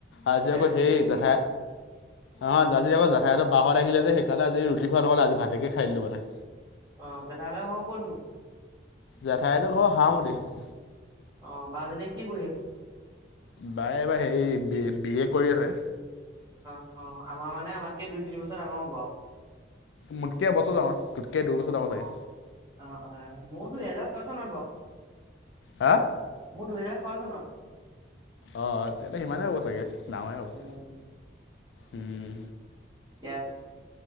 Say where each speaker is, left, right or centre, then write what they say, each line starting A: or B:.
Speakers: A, on the left (about 75°); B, on the right (about 20°).
A: আজি
B: এতিয়া
A: আকৌ
B: ৰুটি
A: সেই
B: খালি
A: জেঠাই
B: নেকি
A: আ জাজি যাব জা। ঠাইত বাহত আহিলে যে সেইকাৰণে আজ ৰুটি খোৱা নহলে আজি ভাতেকে খাই দিলো মানে।
B: অ, জেঠাইহতৰ ঘৰ কতনো?
A: জেঠাইত ঘৰ সহামতিত।
B: অ, বা জনে কি পঢ়ি আছে?
A: তাই এইবাৰ হেৰি বি - বি এ কৰি আছে।
B: অ - অ আমাৰ মানে আমাতকে দুই তিন বছৰ ডাঙৰ হ'ব আৰু।
A: মোটকে এবছৰ ডাঙৰ। তোতকৈ দুবছৰ ডাঙৰ
B: অ-
A: চাগে
B: অ- অ মই দুহেজাৰ ছয় চনত বাৰু।
A: হা
B: মোৰ দুহেজাৰ ছয় চনত।
A: অ, তে সিমানেই হ'ব চাগে ডাঙৰে হ'বাগ
B: উম
A: উম,
B: য়েছ,